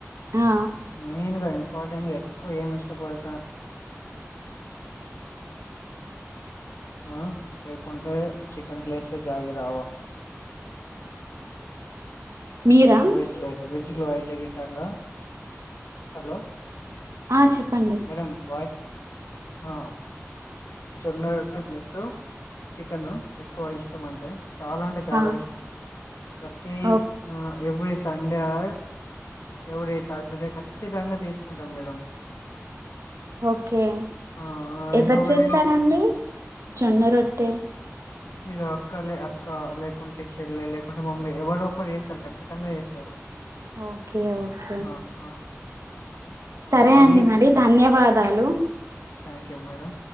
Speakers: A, on the right; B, on the left.
A: ఆ
B: మెయిన్ ఇంపర్టెంట్ కొ ఏం ఇష్టపడట ఆ లేకుంటే చికెన్ ప్లేస్ జాగి రావాలి
A: మీరా
B: నన్ వెజ్ లో వెజ్ గాంగా హలో
A: ఆ చెప్పండి
B: మేడం వాయిస్ ఆ జొన్నట్టి ప్లస్ చికెన్ ఎక్కువ ఇష్టం అంటే చాలా అంటే చాలా
A: ఆ
B: ఇష్టం ప్రతి
A: ఓక్
B: every Sunday or every Thursday ఖచ్చితంగా తీసుకుంటాం మేడం.
A: ఓకే
B: ఆ
A: ఎవరు
B: ఇంకొకటి
A: చేస్తారండి జొన్న రొట్టె
B: ఇగ అక్క లే అక్క లేకుంటే చెల్లె, లేకుంటే మమ్మీ, ఎవరో ఒకరు చేస్తారు ఖచ్చితంగా చేస్తారు.
A: ఓకే ఓకే
B: ఆ ఆ
A: సరే
B: ఆ
A: అండి
B: వీక్
A: మరి ధన్యవా దాలు
B: థ్యాంక్ యూ మేడం.